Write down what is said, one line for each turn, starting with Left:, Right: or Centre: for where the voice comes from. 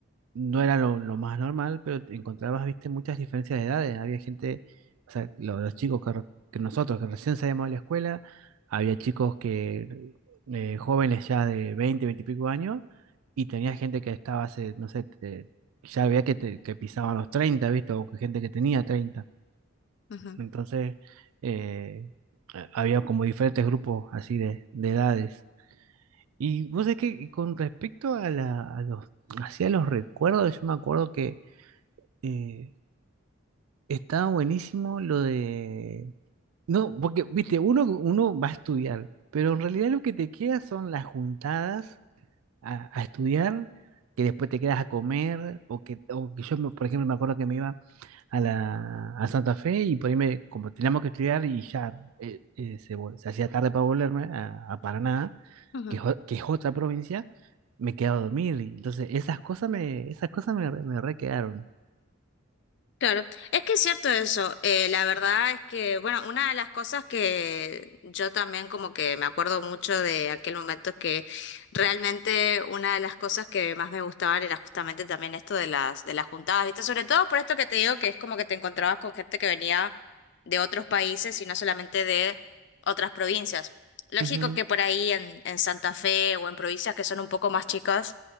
Right: no era lo, lo más normal, pero te encontrabas, viste, muchas diferencias de edades. Había gente, o sea, lo- los, chicos que, re- que nosotros, que recién salíamos de la escuela, había chicos que eh, jóvenes ya de 20 20 y pico años, y tenía gente que estaba hace, no sé, te- ya había que, te- que pisaban los 30 viste, o que gente que tenía treinta
Left: Ujú, ujú,
Right: Entonces, eh, a- había como diferentes grupos así de, de edades. Y vos sabés que con respecto a, la, a los, hacia los recuerdos, yo me acuerdo que eh, estaba buenísimo lo de... No, porque, viste, uno, uno va a estudiar, pero en realidad lo que te queda son las juntadas a, a estudiar, que después te quedas a comer, o que, o que yo, me- por ejemplo, me acuerdo que me iba a, la, a Santa Fe y por ahí me, como teníamos que estudiar y ya eh, eh, se, vol- se hacía tarde para volverme a, a Paraná,
Left: ujú.
Right: que, es o- que es otra provincia, me quedaba a dormir. Y entonces, esas cosas me, esas cosas me, re- me re quedaron.
Left: Claro, es que es cierto eso. eh, la verdad es que, bueno, una de las cosas que yo también como que me acuerdo mucho de aquel momento es que realmente una de las cosas que más me gustaban era justamente también esto de las de las juntadas, ¿viste? Sobre todo por esto que te digo que es como que te encontrabas con gente que venía de otros países y no solamente de otras provincias. Lógico
Right: Ujú,
Left: que por ahí en, en Santa Fe o en provincias que son un poco más chicas,